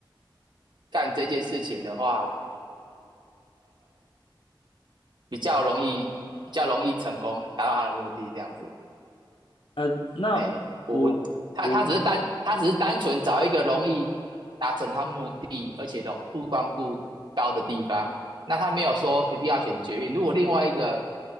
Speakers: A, on the right; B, on the left.
A: 干这件事情的话，比较容易，比较容易成功，达到他的目的，这样子。
B: 呃，那
A: 哎，我我他他只是单他只是单纯找一个容易达成他目的，
B: 我我
A: 而且容不光顾高的地方。那他没有说一定要选捷运。如果另外一个